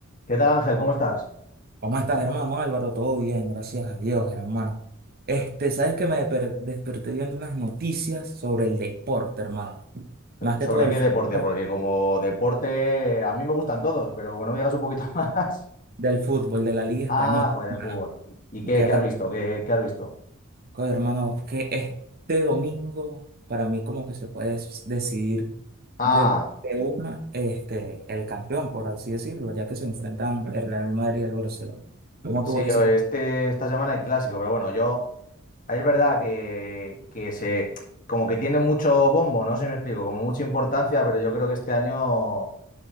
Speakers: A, on the left; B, on the right.
A: ¿Qué tal Ángel? ¿Cómo estás?
B: ¿Cómo estás, hermano Álvaro? Todo bien, gracias a Dios, hermano. Este, sabes que me deper- desperté viendo unas noticias sobre el deporte, hermano. Más
A: ¿Sobre
B: que todo el
A: qué
B: fútbol,
A: deporte? Porque como deporte a mí me gustan todos, pero como no me digas un poquito <laughs> más.
B: del fútbol, de la Liga
A: Ah,
B: Española,
A: joder,
B: hermano.
A: el fútbol. ¿Y qué,
B: ¿Qué
A: qué
B: tal,
A: has visto? ¿Qué, qué has visto?
B: co- hermano? Que este domingo, para mí, como que se puede des- decidir
A: Ah,
B: de, de una, este, el campeón, por así decirlo, ya que se enfrentan el Real Madrid y el Barcelona. ¿Cómo
A: sí,
B: tú ves ese
A: o este,
B: juego?
A: esta semana hay clásico, pero bueno, yo, es verdad que, que se, como que tiene mucho bombo, no sé si me explico, como mucha importancia, pero yo creo que este año